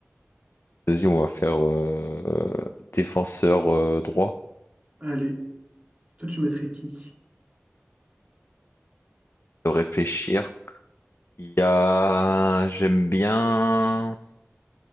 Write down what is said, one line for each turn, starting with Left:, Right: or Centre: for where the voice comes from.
Left: Vas-y, on va faire euh, défenseur euh, droit,
Right: Allez, toi, tu mettrais qui?
Left: de réfléchir. Il y a... J'aime bien...